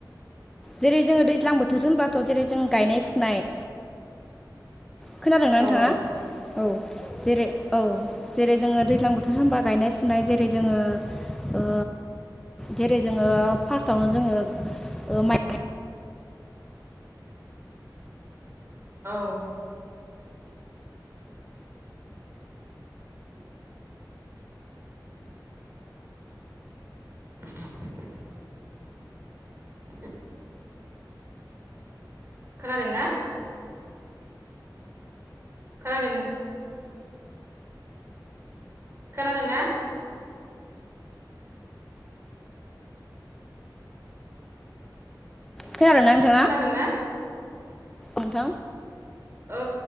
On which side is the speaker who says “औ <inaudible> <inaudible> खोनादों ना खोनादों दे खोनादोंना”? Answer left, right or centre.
Right